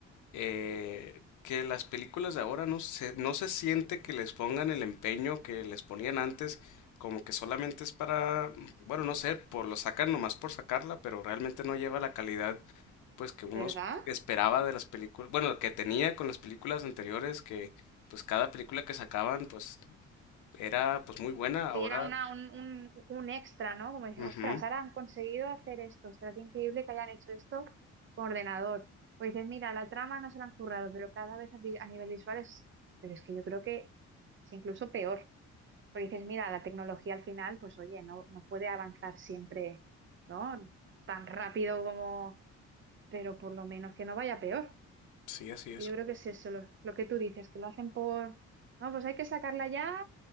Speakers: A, on the left; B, on the right.
A: eh, que las películas de ahora no se, no se siente que les pongan el empeño que les ponían antes, como que solamente es para, bueno, no sé, por lo sacan nomás por sacarla, pero realmente no lleva la calidad pues que uno
B: ¿verdad?
A: esperaba de las películas, bueno, que tenía con las películas anteriores, que pues cada película que sacaban pues era pues muy buena, ahora,
B: Sí, era una, un, un, un extra, ¿no? Como dice,
A: ujú,
B: ostras, ahora han conseguido hacer esto, ostras, qué increíble que hayan hecho esto con ordenador. O dices, mira, la trama no se la han currado, pero cada vez a, vi- a nivel visual es, pero es que yo creo que es incluso peor. Porque dices, mira, la tecnología al final, pues oye, no, no puede avanzar siempre, ¿no? Tan rápido como, pero por lo menos que no vaya peor.
A: sí, así es.
B: Yo creo que es eso, lo, lo que tú dices, que lo hacen por, no, pues hay que sacarla ya